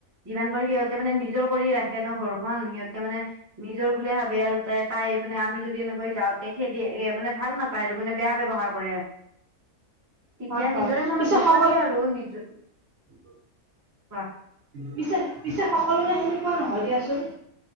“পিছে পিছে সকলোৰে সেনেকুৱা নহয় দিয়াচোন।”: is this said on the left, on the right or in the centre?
Right